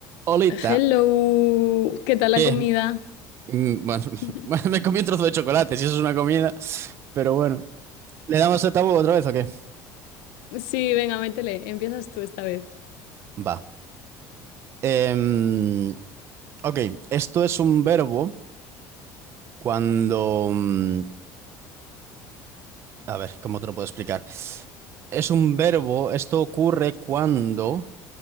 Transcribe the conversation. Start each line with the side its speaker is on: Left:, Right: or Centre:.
Right: olita,
Left: Hello, ¿qué tal la
Right: que
Left: comida?
Right: es, mm, bueno,
Left: <laughs>
Right: <laughs> bueno, me comí un trozo de chocolate, si eso es una comida, pero bueno. ¿Le damos a tabú otra vez o qué?
Left: Sí, venga, métele, empiezas tú esta vez.
Right: Va. Em, ok, esto es un verbo cuando... mm, A ver, ¿cómo te lo puedo explicar? Es un verbo, esto ocurre cuando,